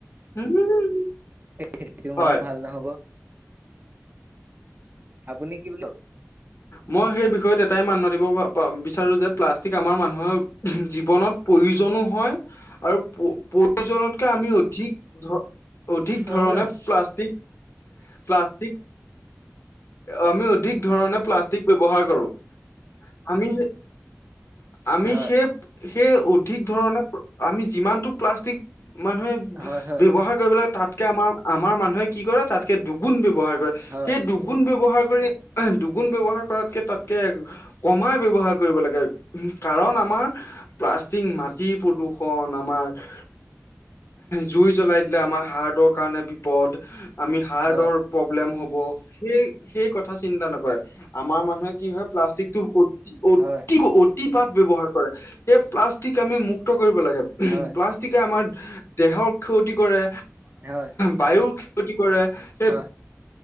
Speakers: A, on the left; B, on the right.
A: উম,
B: খিনি <unintelligible>
A: হয়।
B: মানে
A: হয়
B: ভাল নহ'ব। আপুনি কি বুলি ভাবে?
A: মই সেই বিষয়ত এটাই মান মাতিব পা পা বিচাৰোঁ যে, প্লাষ্টিক আমাৰ মানুহৰ, জীৱনত প্ৰয়োজনো হয়। আৰু প্ৰয়োজনতকে আমি অধিক ধ, অধিক
B: হেল্ল'
A: ধৰণে প্লাষ্টিক। প্লাষ্টিক, আমি অধিক ধৰণে প্লাষ্টিক ব্যৱহাৰ কৰোঁ, আমি সেই, আমি
B: হয়
A: সেই সেই অধিক ধৰণে, আমি যিমানটো প্লাষ্টিক, মানুহে
B: হয়, হয়,
A: ব্যয়ৱহাৰ কৰিব লাগে, তাতকে আমাৰ-আমাৰ মানুহে কি কৰে, তাতকে দুগুণ বব্যৱহাৰ কৰে,
B: হয়,
A: সেই দুগু গুণ ব্যৱহাৰ কৰি দুগুণ ব্যৱহাৰ কৰাতকে তাতকে, কমাই কমাই কৰিব লাগে, কাৰণ আমাৰ প্লাষ্টিক মাটি প্ৰদূষণ আমাৰ জুই জ্বলাই দিলে আমাৰ হাৰ্টৰ কাৰণে বিপদ। আমি হাৰ্টৰ
B: হয়,
A: প্ৰব্লেম হ'ব, সেই- সেই কথা চিন্তা নকৰে। আমাৰ মানুহে কি হয়, প্লাষ্টিকটো অতি-অতিকৈ
B: হয়,
A: অতিপাত ব্যৱহাৰ কৰে, সেই প্লাষ্টিক আমি মুক্ত কৰিব লাগে।
B: হয়,
A: প্লাষ্টিক আমাৰ দেহৰ ক্ষতি কৰে,
B: হয়,
A: বায়ুৰ ক্ষতি কৰে, সেই
B: হয়,